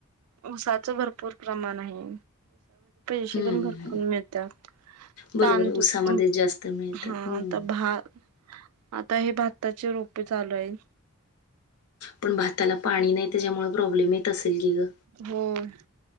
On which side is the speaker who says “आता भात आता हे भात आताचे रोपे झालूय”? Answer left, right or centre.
Right